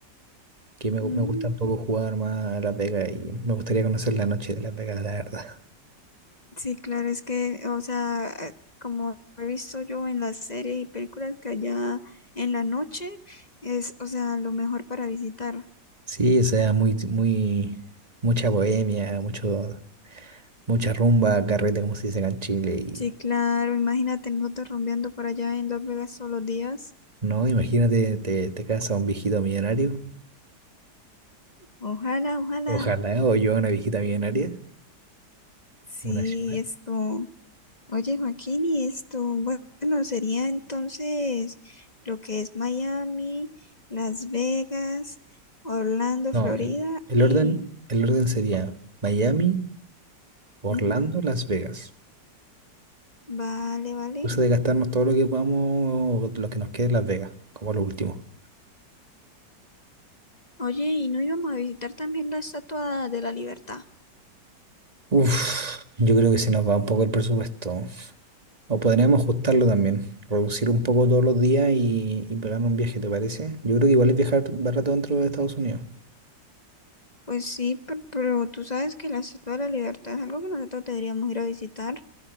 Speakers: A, on the right (about 25°); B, on the left (about 30°).
A: que me, gu-
B: Mm.
A: me gusta un poco jugar más a Las Vegas y me gustaría conocer la noche de Las Vegas, la verdad.
B: Sí, claro, es que, o sea, eh, como he visto yo en las series y películas que allá en la noche es, o sea, lo mejor para visitar.
A: Sí, o sea, muy, muy, mucha bohemia, mucho, mucha rumba, carrete, como se dice acá en Chile. Y,
B: Sí, claro, imagínate nosotros rumbeando por allá en Las Vegas todos los días.
A: no, imagínate, te, te casa un viejito millonario.
B: Ojalá, ojalá.
A: Ojalá, o yo una viejita millonaria,
B: Sí,
A: una ciudad.
B: esto. Oye, Joaquín, y esto, bueno, sería entonces lo que es Miami, Las Vegas, Orlando,
A: No,
B: Florida
A: el, el
B: y...
A: orden, el orden sería Miami, Orlando,
B: ujú,
A: Las Vegas.
B: Vale, vale.
A: Pues de gastarnos todo lo que podamos, o lo que nos quede en Las Vegas, como lo último.
B: Oye, ¿y no íbamos a visitar también la Estatua de la Libertad?
A: Uf, yo creo que se nos va un poco el presupuesto. O podríamos ajustarlo también, reducir un poco todos los días y, y pegar un viaje, ¿te parece? Yo creo que igual es viajar barato dentro de Estados Unidos.
B: Pues sí, pe- pero, tú sabes que la Estatua de la Libertad es algo que nosotros deberíamos ir a visitar.